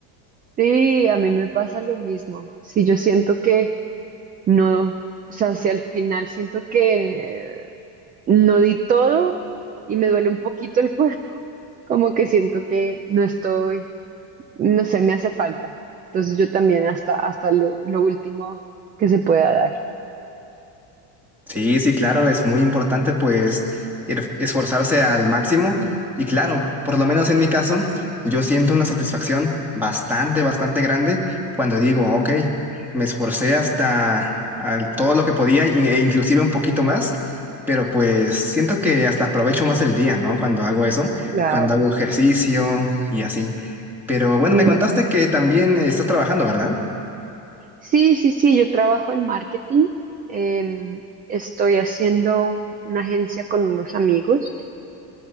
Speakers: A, on the right; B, in the centre.
A: Sí, a mí me pasa lo mismo. Sí, yo siento que no, o sea, si al final siento que eh, no di todo y me duele un poquito el cuerpo, <laughs> como que siento que no estoy, no sé, me hace falta. Entonces yo también hasta, hasta lo, lo último que se pueda dar.
B: Sí, sí, claro, es muy importante pues er- esforzarse al máximo y claro, por lo menos en mi caso, yo siento una satisfacción bastante, bastante grande cuando digo, ok, me esforcé hasta al- todo lo que podía y- e inclusive un poquito más, pero pues siento que hasta aprovecho más el día, ¿no? Cuando hago eso,
A: Claro,
B: cuando hago ejercicio y así. Pero bueno,
A: a mí
B: me contaste
A: me pasa
B: que
A: igual.
B: también estás trabajando, ¿verdad?
A: Sí, sí, sí, yo trabajo en marketing. em, estoy haciendo un- una agencia con unos amigos